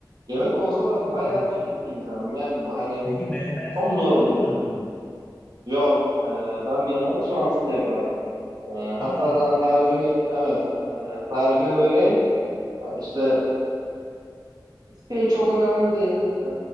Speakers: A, on the right; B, on the left.
A: Yemek konusunda ben bayağı
B: pe-
A: çekik bir insanım. Yani bu hani
B: Peki melemene soğan
A: çok zor
B: katmıyor
A: bir insanım.
B: musun?
A: Yok. e, ben menemeni soğansız yaparım. E,
B: Aa,
A: hatta sana tarifini evet e, tarifini vereyim. E, İşte Şey çok önemli değil. Ee,